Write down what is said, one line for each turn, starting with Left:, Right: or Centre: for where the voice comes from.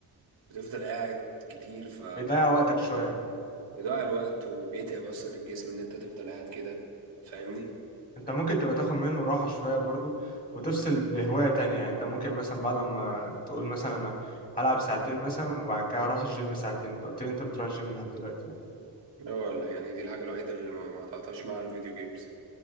Right: بتفضل قاعد كتير ف
Left: بيضيع وقتك شوية
Right: بيضيع الوقت وبيتعب أصلا الجسم إن أنت تفضل قاعد كده فاهمني؟
Left: انت ممكن تبقى تاخد منه راحة شوية برضو وتفصل بهواية تانية يعني انت ممكن مثلا بعد لما تقول مثلا انا هلعب ساعتين مثلا وبعد كده هروح الجيم ساعتين انت قلت لي انت بتروح الجيم لحد دلوقتي يعني
Right: اه لا ولا يعني دي الحاجة الوحيدة اللي ما ما قطعتهاش مع الفيديو جيمز